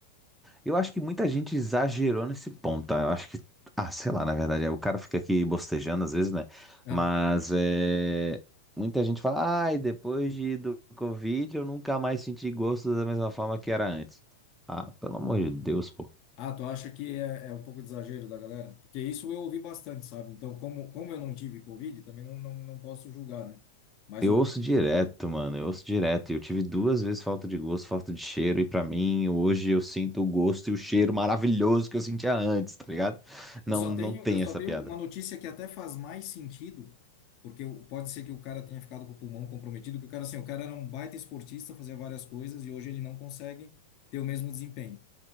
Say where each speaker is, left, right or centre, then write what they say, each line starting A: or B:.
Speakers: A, in the centre; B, on the left (about 45°).
A: Eu acho que muita gente exagerou nesse ponto, tá? Eu acho que. Ah, sei lá, na verdade. é, O cara fica aqui bostejando às vezes, né?
B: Ah,
A: Mas é. Muita gente fala, ai, depois de, do Covid eu nunca mais senti gosto da mesma forma que era antes. Ah, pelo amor de Deus, pô.
B: ah, tu acha que é, é um pouco de exagero da galera? Porque isso eu ouvi bastante, sabe? Então, como, como eu não tive Covid, também não, não, não posso julgar, né? Mas
A: Eu
B: eu
A: ouço direto, mano. Eu ouço direto. E Eu tive duas vezes falta de gosto, falta de cheiro. E pra mim, hoje eu sinto o gosto e o cheiro maravilhoso que eu sentia antes, tá ligado?
B: Eu
A: Não,
B: só
A: não
B: tenho,
A: tem
B: eu só
A: essa
B: tenho
A: piada.
B: uma notícia que até faz mais sentido, porque o- pode ser que o cara tenha ficado com o pulmão comprometido, que o cara assim, o cara era um baita esportista, fazia várias coisas e hoje ele não consegue ter o mesmo desempenho.